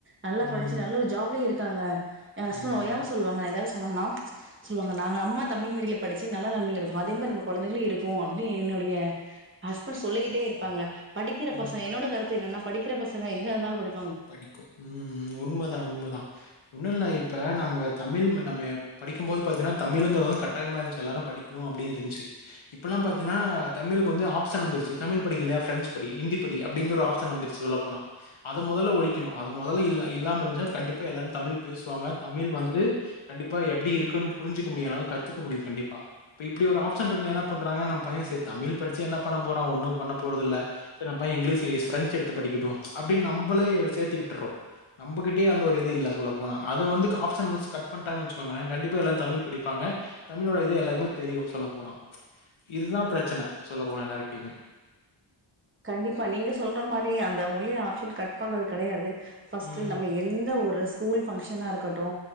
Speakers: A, on the right; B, on the left.
A: நல்லா
B: ம்.
A: படிச்சு
B: ம்
A: நல்ல ஒரு ஜாப்லயு இருக்காங்க எ ஹஸ்பண்ட்
B: ஆமா,
A: ஓயாம
B: ஆமா.
A: சொல்வாங்க எதாது சொன்னனா சொல்லுவாங்க நாங்க நம்ம தமிழ் மீடில படிச்சு நல்ல நெலமையில இருக்கோ அதேமாரி நம்ம கொழந்தைகளு இருக்கு அப்டினு என்னுடைய ஹஸ்பண்ட் சொல்லிக்கிட்டே இருப்பாங்க படிக்கிற
B: ம்.
A: பசங்க என்னோட கருத்து என்னன்னா படிக்கிற பசங்க எங்க இருந்தாலு படிப்
B: படிக்கு ம் உண்மதா உண்மதா ஒன்னுல்ல இப்ப நம்ம தமிழ் நம்ம படிக்குபோது பாத்தீன்னா தமிழ்ங்கற வந்து கட் டாயமா இருந்ச்சி எல்லாரு படிக்ணு அப்டினு இருந்ச்சு இப்பெல்லா பாத்தீன்னா தமிழுக்கு வந்து ஆப்ஷன் வந்துருச்சு தமிழ் படிக்கல்லயா பிரெஞச் படி ஹிந்தி படி அப்டிங்ற ஒரு ஆப்ஷன் வந்துரு சொல்ல போனா அந் அத மொதல்ல ஒழிக்கணு அது மொதல்ல இல்ல இல்லாம இருஞ்ச்னா கண்டிப்பா எல்லாரு தமிழ் பேசுவாங்க தமிழ் வந்து கண்டிப்பா எப்டி இருக்குன் புரிஞ்சிக்க முடியலனாலு கத்துக்க முடியு கண்டிப்பா இப்ப இப்டி ஒரு ஆப்ஷன் இருக்குன்னு என்ன பண்றாங்க நம்ம பைய சரி தமிழ் படிச்சு என்ன பண்ண போறோ ஒன்னு பண்ண போறதுல்ல சரி நம்ம பைய இங்லீஷ் பிரெஞ்சு எடுத்து படிக்கிட்டு அப்டின்னு நம்ப்ளே சேத்தி விட்டுறோ நம்மகிட்டேயே அந்த ஒரு இது இல்ல சொல்ல போனா அத வந்து ஆப்ஷன் வைஸ் கட் பண்ட்டாங்க வச்சுோங்கள கண்டிப்பா எல்லாரு தமிழ் படிப்பாங்க தமிழோட இது எல்லாருக்குமே தெரியு சொல்ல போனா இதுதா பிரச்சன சொல்ல போன எல்லார்ட்டயுமே
A: கண்டிப்பா நீங்க சொல்ற மாரி அந்த மொழிய ஆப்ஷன் கட் பண்றது கெடையாது ஃபர்ஸ்ட்டு
B: ம்.
A: நம்ம எந்த ஒரு ஸ்கூல் ஃபங்க்ஷனா இருக்கட்டு